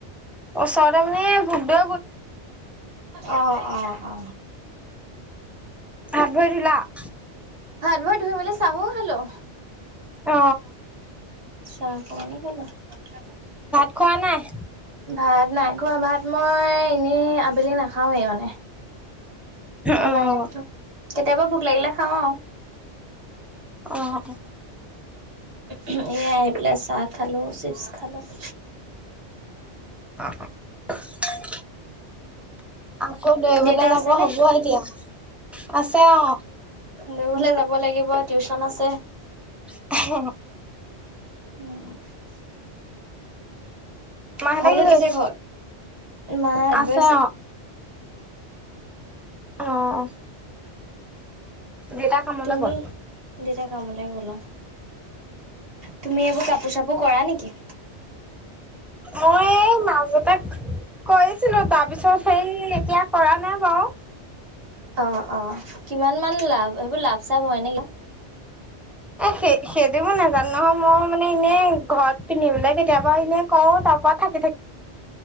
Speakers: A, in the centre; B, on the right.
A: ওচৰতে মানে ভুদ
B: অহ অ অ
A: হাত ভৰি ধুলা <inaudible>
B: হাত ভৰি ধুই মেলি চাহো খালো
A: অ
B: চাহ কণ মান খালো <inaudible>
A: খনাৱা নায়
B: ভাত নাই খোৱা ভাত মই এনেই আবেলি নাখাওৱে মানে
A: অ',
B: এবাৰে কেতিয়াবা ভুক লাগিলে খাওঁ
A: অহ <inaudible>
B: এ আহি পেলাই চাহ খালো চিপছ খালো <inaudible>
A: অহ <inaudible> আকৌ দৈৰিবলৈ
B: দেউতা
A: যাব
B: আছেনে?
A: হ'ব এতিয়া আছে অ
B: দৌৰিবলৈ যাব টিউচন আছে
A: <unintelligible>
B: উম <inaudible>
A: মাহেতে
B: সকলো
A: কি কৰিছে
B: ঠিকে ঘৰত মা হাত
A: আছে
B: বৈ
A: অ অ দেউতা কামলে
B: তুমি
A: গ'ল।
B: দেউটা কামলৈ গ'ল তুমি এইবোৰ কাপোৰ চাপোৰ কৰা নেকি
A: মই মাজতে কৰিছিলো তাৰ পিছত সেই এতিয়া কৰা নাই বাৰু
B: অ অ কিমান মান লাভ সেইবোৰ লাভ চাভ হয় নে কিয়া
A: এ সেই সেইটো মো নাজানো নহয় মই মানে এনেই ঘৰত পিন্ধিিবলে কেতিয়াবা এনে কও তাৰ পৰা থ